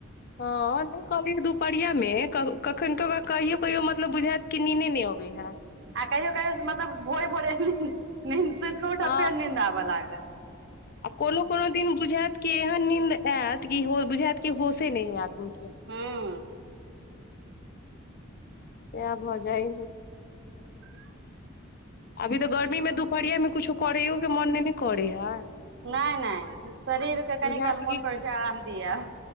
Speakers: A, on the left; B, on the right.
A: हां नै कहलियै दुपहरिया मे कब कखन ते ओकरा कहियो-कहियो मतलब बुझाएत कि नीने नै अबै हय।
B: आ कहियो-कहियो मतलब भोरे-भोरे नींद, नींद सुत के उठब
A: हँ
B: फेर नींद आबऽ लागल।
A: आ कोनो-कोनो दिन बुझाएत कि एहेन नीन्द आएत कि हो बुझाएत कि होशे नै हय आदमी के।
B: हुं।
A: साएह भ जाय हय।
B: <unintelligible>
A: अभी तऽ गर्मी मे दुपहरिया मे कुछो करैयो के मोन नै ने करै हय।
B: नै-नै शरीर के
A: बुझायत
B: कनि काल मोन करै छै अराम दियौ।